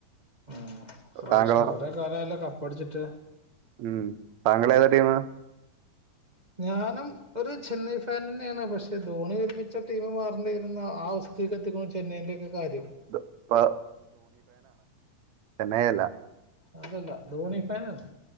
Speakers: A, on the right (about 25°); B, on the right (about 70°).
A: ഉം പ്രാവശ്യം
B: താങ്കളോ
A: കൊറെ കാലായല്ലോ കപ്പടിച്ചിട്ട്
B: ഉം താങ്കള് ഏതാ ടീം
A: ഞാനും ഒരു ചെന്നൈ ഫാനന്നെണ് പക്ഷെ ധോണി വിരമിച്ച ടീം മാറണ്ടെ ആ അവസ്ഥീക് എത്തിക്ക് ചെന്നൈന്റെ ഒക്കെ കാര്യം
B: ഇപ്പ ചെന്നായ്അല്ല
A: അതല്ല ധോണി ഫാനാണ്